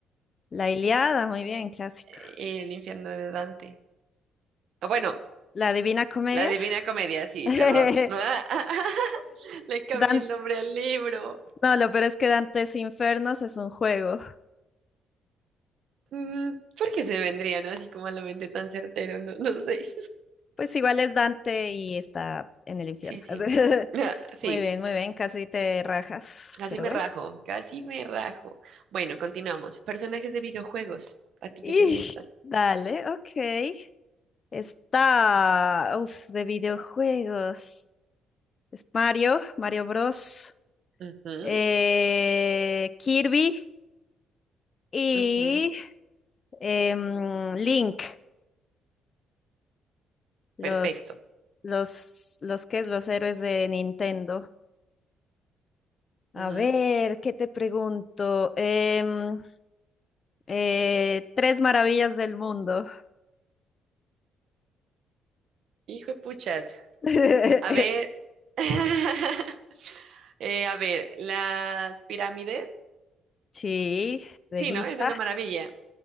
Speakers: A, on the left; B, on the right.
A: La Ilíada, muy bien, clásico.
B: eh, el infierno de Dante. Ah, Bueno,
A: La Divina Comedia.
B: la Divina Comedia, sí,
A: <laughs>
B: perdón. <laughs> Le cambié
A: Dan-
B: el nombre al libro.
A: no, lo peor es que Dante's Infernos es un juego.
B: Mm, ¿Por qué se vendría, no? Así como a la mente tan certero, no, no sé.
A: Pues igual es Dante y está en el infierno.
B: Sí, sí.
A: <laughs>
B: Ah, Sí,
A: Muy bien, muy bien, casi te rajas,
B: casi
A: pero
B: me
A: bueno.
B: rajo, casi me rajo. Bueno, continuamos. Personajes de videojuegos, ¿a ti
A: Y
B: qué te gustan?
A: dale, ok. Está, uf, de videojuegos. Es Mario, Mario Bros,
B: Ujú,
A: eh, Kirby y
B: ujú,
A: em, Link, los,
B: Perfecto.
A: los, los que es los héroes de Nintendo. A
B: ujú.
A: ver, ¿qué te pregunto? Em, eh, tres maravillas del mundo.
B: Hijo de puchas.
A: <laughs>
B: A ver. <laughs> Eh, a ver, las pirámides.
A: Sí, de
B: Sí,
A: Guisa
B: ¿no? Es una maravilla.